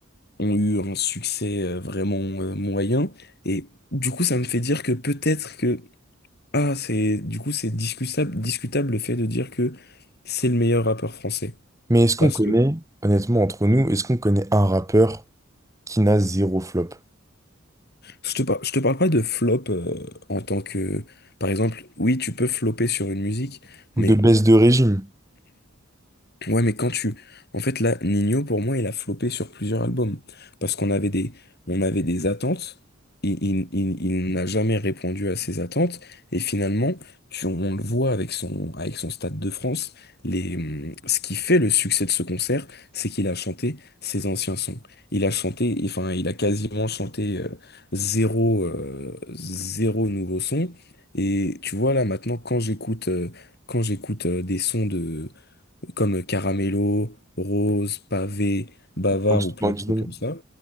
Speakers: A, on the left; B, on the right.
A: ont eu un succès euh, vraiment euh, moyen. Et du coup, ça me fait dire que peut-être que... Ah, c'est, du coup, c'est discutable, discutable le fait de dire que c'est le meilleur rappeur français.
B: Mais est-ce qu'on
A: Parce
B: connaît,
A: que
B: honnêtement, entre nous, est-ce qu'on connaît un rappeur qui n'a zéro flop?
A: Je te, par- je te parle pas de flop euh, en tant que... Par exemple, oui, tu peux flopper sur une musique,
B: Ou
A: mais
B: de baisse de régime?
A: Ouais, mais quand tu... En fait, là, Nino, pour moi, il a flopé sur plusieurs albums. Parce qu'on avait des, on avait des attentes. Il, il, il, il n'a jamais répondu à ces attentes. Et finalement, tu- on le voit avec son, avec son Stade de France. Les, hum, ce qui fait le succès de ce concert, c'est qu'il a chanté ses anciens sons. Il a chanté, enfin, il a quasiment chanté euh, zéro, euh, zéro nouveau son. Et tu vois, là, maintenant, quand j'écoute euh, quand j'écoute euh, des sons de comme Caramello, Rose, Pavé, Bavard
B: Parce
A: ou plein
B: ben, dis
A: de trucs
B: donc,
A: comme ça,